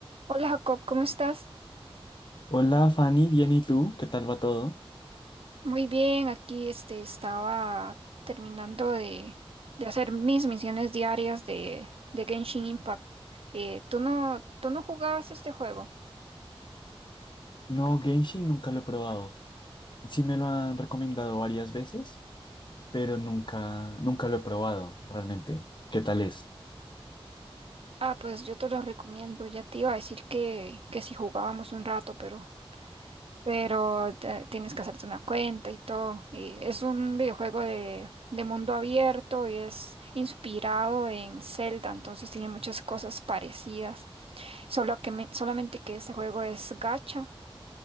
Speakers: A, on the right (about 70°); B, on the left (about 50°).
A: Hola Jacob, ¿cómo estás?
B: Hola Fanny, bien ¿y tú? ¿Qué tal va todo?
A: Muy bien, aquí este, estaba terminando de, de hacer mis misiones diarias de, de Genshin Impact. Eh, ¿tú no, tú no jugabas este juego?
B: No, Genshin nunca lo he probado. Sí me lo han recomendado varias veces, pero nunca, nunca lo he probado realmente. ¿Qué tal es?
A: Ah, pues yo te lo recomiendo. Ya te iba a decir que, que si jugábamos un rato, pero, pero te- tienes que hacerte una cuenta y todo. Eh, es un videojuego de, de mundo abierto y es inspirado en Zelda, entonces tiene muchas cosas parecidas. Solo que me- solamente que este juego es gacha.